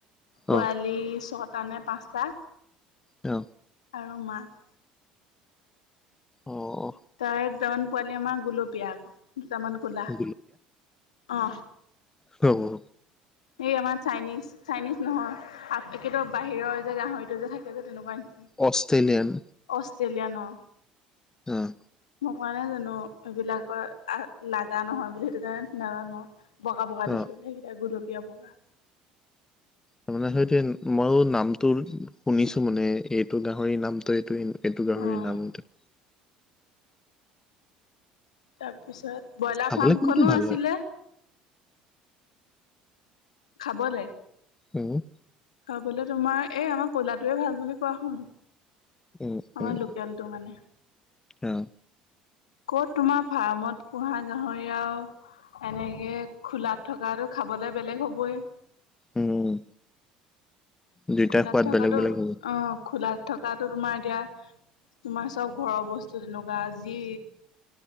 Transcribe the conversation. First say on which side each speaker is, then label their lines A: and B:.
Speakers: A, on the left (about 85°); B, on the left (about 15°).
A: পোৱালি
B: অ
A: ছয়টা নে পাঁচটা।
B: অ।
A: আৰু মাক।
B: অ অহ।
A: তাৰ দুটামান পোৱালি আমাৰ গুলপীয়া আক দুটামান কলা
B: অ
A: অ।
B: ত অ।
A: এই আমাৰ চাইনিজ চাইনিজ নহয় হাফপাকেতত বাহিৰৰ যে গাহৰিটো যে থাকে যে তেনেকুৱাই।
B: অষ্ট্ৰেলিয়ান।
A: অষ্ট্ৰেলিয়ান অ।
B: উম।
A: মই কোৱা নাই জানো এইবিলাকৰ আ লাগা নহয় বুলি সেইটো কাৰণে নাজানো অ। বগা বগা
B: অ
A: দেখিবলে সেইকেইটা গুলপীয়া বগা।
B: তাৰ মানে হয়টো মইয়ো নামটো শুনিছো মানে এইটো গাহৰি নামটো এইটো। সেইটো গাহৰি
A: অ',
B: নাম থা-
A: তাৰপিছত ব্ৰইলাৰ
B: খাবলৈ
A: ফাৰ্মখনো
B: কোনটো ভাল
A: আছিলে।
B: হয়
A: খাবলে।
B: হু?
A: খাবলে তোমাৰ এই আমাৰ কয়লাটোৱে ভাল বুলি কোৱা শুন
B: উম, উম,
A: আমাৰ লো কেলটো মানে।
B: অ।
A: ক'ত তোমাৰ ফাৰ্মত পুহা গাহৰি আৰু এনেকে খোলাত থকাটো খাবলে বেলেগ হ'বই।
B: উম দুইটা
A: খোলাত
B: সোৱাদ
A: থকাটো
B: বেলেগ বেলেগ হ'ব।
A: অ খোলাত থকাটো তোমাৰ এতিয়া তোমাৰ চব ঘৰৰ বস্তু তেনেকুৱা যি